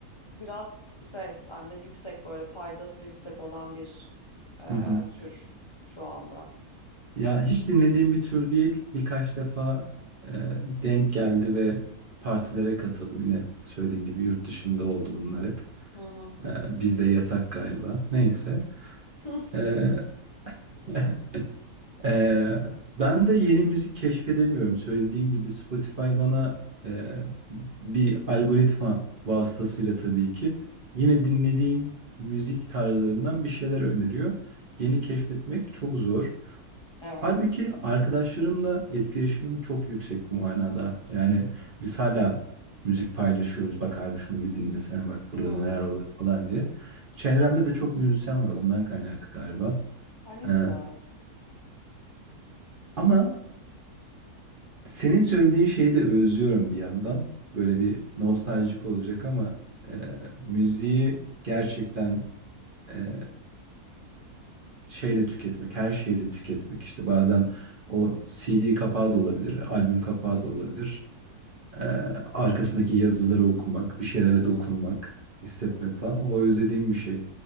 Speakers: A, on the left; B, on the right.
A: biraz şey bende yüksek böyle paydası yüksek olan bir e,
B: <laughs>
A: tür şu anda.
B: Ya hiç dinlediğim bir tür değil. Birkaç defa e, denk geldi ve partilere katıldım. Yine söylediğim gibi yurt dışında oldu bunlar hep.
A: Hı hı.
B: E, bizde yasak galiba. Neyse.
A: <laughs>
B: E, <laughs> e, ben de yeni müzik keşfedemiyorum. Söylediğim gibi Spotify bana e, bir algoritma vasıtasıyla tabii ki yine dinlediğim müzik tarzlarından bir şeyler öneriyor. Yeni keşfetmek çok zor.
A: Evet.
B: Halbuki arkadaşlarımla etkileşimim çok yüksek bu manada. Yani biz hala müzik paylaşıyoruz. Bak abi şunu bir dinlesene bak burada
A: Hmm.
B: neler oluyor falan diye. Çevremde de çok müzisyen var ondan kaynaklı galiba.
A: Ay ne güzel.
B: Ee, ama senin söylediğin şeyi de özlüyorum bir yandan. Böyle bir nostaljik olacak ama e, müziği gerçekten e, şeyle tüketmek, her şeyle tüketmek işte bazen o CD kapağı da olabilir, albüm kapağı
A: Hı hı.
B: da olabilir. Ee, arkasındaki yazıları okumak, bir şeylere
A: Hı
B: dokunmak,
A: hı.
B: hissetmek
A: Hı hı.
B: falan. O özlediğim bir şey.